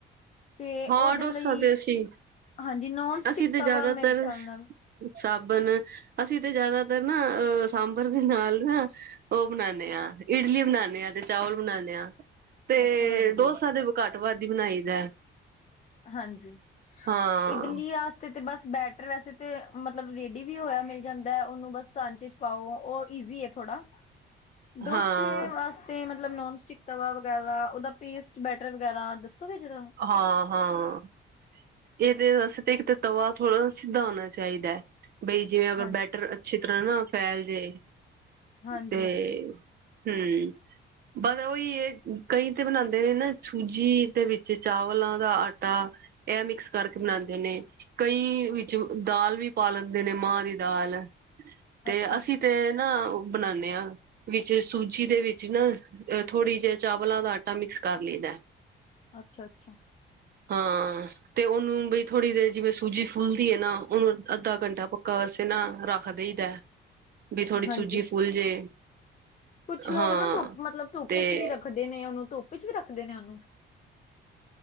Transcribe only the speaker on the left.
ਤੇ
ਔਦੇ
ਲਈ।
ਹਾਂਜੀ ਨੋਨ ਸਟਿਕ
ਤਵਾ
ਮੇਰੇ ਖਿਆਲ ਨਾਲ-
ਅੱਛਾ ਹਾਂਜੀ
ਹਾਂਜੀ
ਇਡਲੀ ਆਸ ਤੇ ਤੇ ਬਸ ਬੈਟਰ ਵੈਸੇ ਤੇ ਮਤਲੱਬ ਰੇਡੀ ਵੀ ਹੋਇਆ ਮਿਲ ਜਾਂਦਾ ਉਹਨੂੰ ਬਸ ਸਾਂਝੇ ਪਾਓ ਔਹ ਈਜ਼ੀ ਏ ਥੋੜਾ ਡੋਸੇ
ਵਾਸ ਤੇ ਮਤਲਬ ਨੋਨ ਸਟਿਕ ਤਵਾ ਵਗੈਰਾ ਔਹਦਾ ਪੇਸਟ ਬੈਟਰ ਵਗੈਰਾ ਦੱਸੋਗੇ ਜਰਾ।
ਹਾਂਜੀ
ਹਾਂਜੀ-ਹਾਂਜੀ,
ਅੱਛਾ,
ਅੱਛਾ -ਅੱਛਾ।
<inaudible>
ਹਾਂਜੀ,
ਕੁਛ ਲੋਗ
ਨਾ ਧੁੱਪ ਮਤਲੱਬ ਧੁੱਪ
ਚੱ ਵੀ ਰਖ ਖਦੇ ਨੇ ਔਹਨੂੰ ਧੁੱਪ ਚ ਵੀ ਰੱਖਦੇ ਨੇ ਔਹਨੂੰ